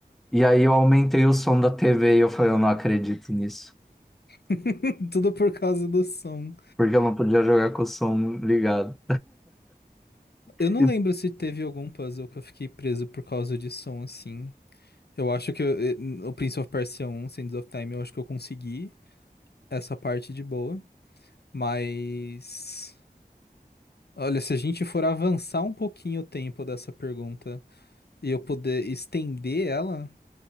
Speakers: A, in the centre; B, on the left (about 80°).
A: E aí eu aumentei o som da TV e eu falei, eu não acredito nisso.
B: <laughs> Tudo por causa do som.
A: porque eu não podia jogar com o som ligado.
B: Eu não
A: E,
B: lembro se teve algum puzzle que eu fiquei preso por causa de som assim. Eu acho que eu- eh, o Prince of Persia 1, Sands of Time, eu acho que eu consegui essa parte de boa. Mas. Olha, se a gente for avançar um pouquinho o tempo dessa pergunta e eu puder estender ela,